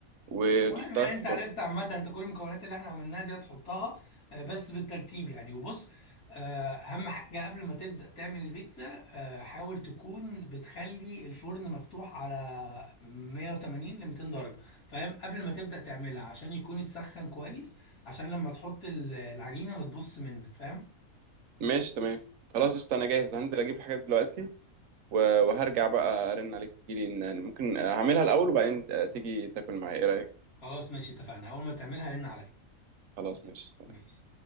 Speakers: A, on the right; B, on the left.
A: وتحطها
B: تمام يعني
A: في
B: انت
A: الفرن
B: عرفت عامة انت كل المكونات اللي احنا عملناها دي هتحطها آه، بس بالترتيب يعني وبص آه، اهم حاجة قبل ما تبدأ تعمل البيتزا آه، حاول تكون بتخلي الفرن مفتوح على 180 ل 200 درجة فاهم قبل ما تبدأ تعملها عشان يكون يتسخن كويس عشان لما تحط ال- العجينة ما تبص منك فاهم
A: ماشي تمام خلاص قشطة أنا جاهز هنزل أجيب الحاجات دلوقتي و- وهرجع بقى أرن عليك تجيلي إن- ممكن آه، هعملها الأول وبعدين آه، تيجي تاكل معايا إيه رأيك؟
B: خلاص ماشي اتفقنا اول ما تعملها رن عليا
A: خلاص ماشي
B: ماشي